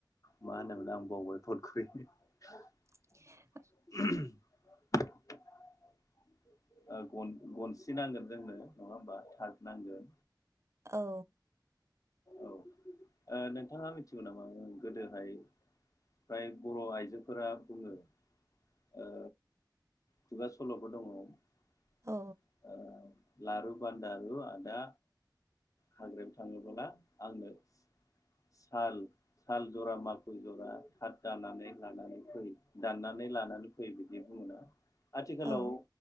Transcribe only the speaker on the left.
मा होनोमोन आं बावबाय <unintelligible>
<inaudible> <inaudible> ओ गन गनसि नांगोन जोंनो नङा होमबा थार नांगोन।
औ ओ नोंथाङा मिथिगौ नामा गोदोहाय फ्राय बर' आइजोफोरा बुङो ओ खुगा सल'फोर दङ। <inaudible>
लारु बान्दारु आदा हाग्रायाव थाङोबोला आंनो सा साल साल जरा माखुर जरा थाथ दानानै लानानै फै दाननानै लानानै फै बिदि बुङोना? आथिखालाव